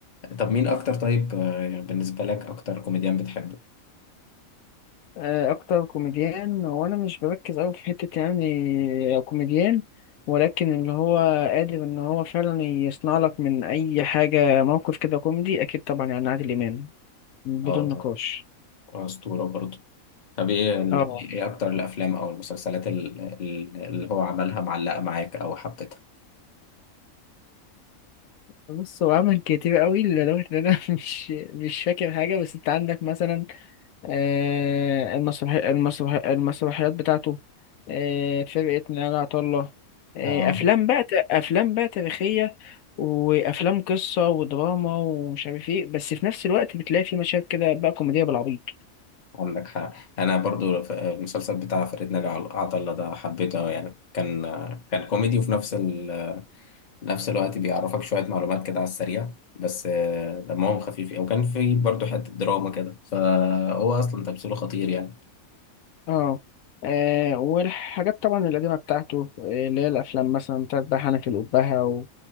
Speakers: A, on the left; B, on the left.
A: طب مين اكتر طيب آه، بالنسبه لك اكتر كوميديان بتحبه
B: آه، اكتر كوميديان وانا مش بركز قوي في حتة يعني كوميديان ولكن اللي هو قادر ان هو فعلا يصنع لك من اي حاجة موقف كده كوميدي اكيد طبعا يعني عادل امام بدون
A: اه طبعا
B: نقاش
A: اسطوره برضو طب ايه ال-
B: اه
A: ايه اكتر الافلام او المسلسلات ال- ال- اللي هو عملها معلقه معاك او حبيتها
B: بص هو عمل كتير قوي لدرجة ان انا <laughs> مش مش فاكر حاجة بس انت عندك مثلا آه، المسرحي المسرحي المسرحيات بتاعته آه، فرقة نيال عطلة آه،
A: اه
B: أفلام بقى ت- أفلام بقى تاريخية وأفلام قصة ودراما ومش عارف إيه بس في نفس الوقت بتلاقي في مشاهد كده بقى كوميدية بالعبيط
A: عندك حق انا برضو ف- المسلسل بتاع فريد نجا عل- عطله ده حبيته أوي يعني كان كان كوميدي وفي نفس ال... نفس الوقت بيعرفك شويه معلومات كده على السريع بس آه، دمهم خفيف يعني. وكان في برضو حته دراما كده فهو اصلا تمثيله خطير يعني
B: اه آه، والحاجات طبعا القديمة بتاعته آه، اللي هي الأفلام مثلا بتاعت بقى حنك الأبهة